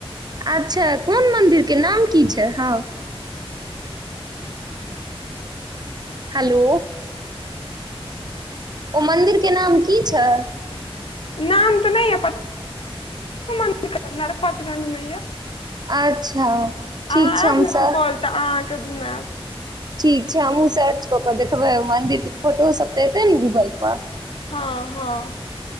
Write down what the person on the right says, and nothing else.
अच्छा कोन मन्दिरके नाम की छै हँ हेलो ओ मन्दिरके नाम की छै
अच्छा ठीक
छै
हम
सर
ठीक छै हमहूँ सर्च कऽ कऽ देखबै मन्दिर के फोटोसभ तऽ एतै न गूगल पर